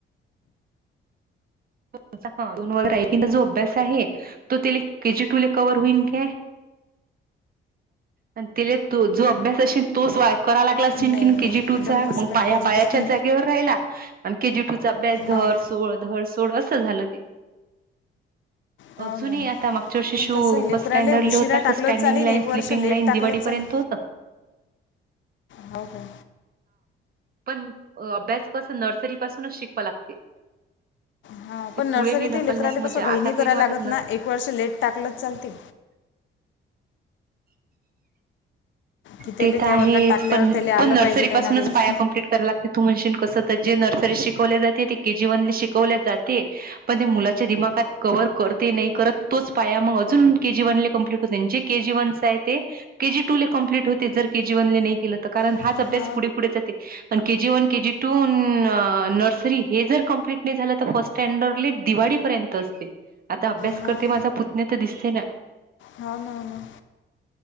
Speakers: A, on the right; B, on the left.
A: दोन वर्ष जो अभ्यास आहे तो त्याला के जी टू कव्हवर होईन का? आणि तिला तो जो अभ्यास असेल तोच करा लागला असे
B: नाही
A: कि
B: नाही
A: केजी टूचा
B: एकदम कसं
A: मग
B: काय
A: पाया
B: के जी
A: पायाच्या
B: टी हो
A: जागेवर राहिला केजी टूचा अभ्यास धर
B: हां
A: सोड धर सो झालं ते.
B: हो
A: अजूनही
B: ना
A: आता मागच्या वर्षी शू
B: पण तसं लेकराले
A: बस स्टँडर्डले
B: उशिरा
A: होतातर
B: टाकलं
A: स्टँडिंग
B: चालेल
A: लाईन
B: एक वर्ष
A: स्लीपिंग
B: लेट
A: लाईन
B: टाकलं
A: दिवाळीपर्यंत
B: चालेल
A: तो त
B: हो का?
A: पण अभ्यास कस नर्सरी पासूनच शिकवा लागते.
B: हा
A: ते
B: पण नर्सरीत
A: पुढे नाही ढकलण्यात
B: लेकराले
A: म्हणजे
B: कसं
A: आता
B: गहिणी
A: काही
B: कराला
A: नाही वाटत
B: लागत
A: न
B: ना एक वर्ष लेट टाकलच चालते की त्याला
A: ते तर
B: त्या
A: आहेच
B: वर्गात टाकल्यावर
A: पण
B: त्याला
A: पण
B: आलं
A: नर्सरी
B: पाहिजे काही
A: पासूनच
B: ना काही
A: पाया कमप्लीट करा लागते. तू म्हणशन कस तर जे नर्सरी शिकवल्या जाते ते के जी वनले शिकवल्या जाते. पण ते मुलाच्या दिमागात कवर करते नाही करत तोच पाया मग अजून के जी वनला कंप्लीट होते. जे -- के जी वन आहे ते के जी टू ला कम्प्लीट -- तु जर के जी वनने नाही केलं तर कारण
B: हो
A: हाच
B: ना
A: अभ्यास पुढे पुढे जाते. आणि K G one, K G two, nursery हे जर कंप्लीट नाही झालं तर फर्स्ट -- स्टँडर्डले दिवाळीपर्यंत असते आता अभ्यास
B: हो
A: करते माझा पुतण्या तर दिसते ना.
B: हो ना हो ना